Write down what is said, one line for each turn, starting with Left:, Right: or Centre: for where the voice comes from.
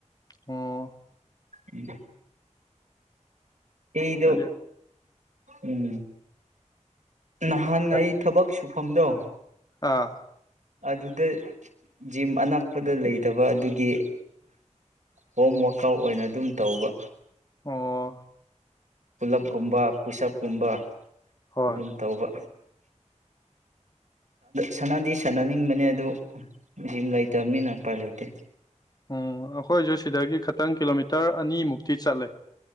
Left: ꯑꯣ
Right: ꯎꯝ ꯑꯩꯗꯨ
Left: ꯍꯥꯏꯗꯤ
Right: ꯎꯝ ꯅꯍꯥꯟꯏ
Left: ꯀꯔꯤ
Right: ꯊꯕꯛ ꯁꯨ ꯍꯝꯗꯣꯡ
Left: ꯑꯥ
Right: ꯑꯗꯨꯗ ꯖꯤꯝ ꯑꯅꯛꯄꯗ ꯂꯩꯇꯕ ꯑꯗꯨꯒꯤ ꯍꯣꯝ ꯋꯥꯔꯀ ꯑꯥꯎꯠ ꯑꯣꯏꯅ ꯑꯗꯨꯝ ꯇꯧꯕ
Left: ꯑꯣ
Right: ꯄꯨꯜꯂꯞꯒꯨꯝꯕ ꯄꯨꯁꯞꯀꯨꯝꯕ
Left: ꯍꯣꯏ
Right: ꯑꯗꯨꯝ ꯇꯧꯕ ꯁꯥꯟꯅꯗꯤ ꯁꯥꯟꯅꯅꯤꯡꯕꯅꯦ ꯑꯗꯨ ꯖꯤꯝ ꯂꯩꯇꯕꯅꯤꯅ ꯎꯄꯥꯏ ꯂꯩꯇꯦ
Left: ꯎꯝ ꯑꯩꯈꯣꯏꯁꯨ ꯁꯤꯗꯒꯤ ꯈꯇꯪ ꯀꯤꯂꯣꯃꯤꯇꯔ ꯇꯔ ꯑꯅꯤꯃꯨꯛ ꯇꯤ ꯆꯠꯂꯦ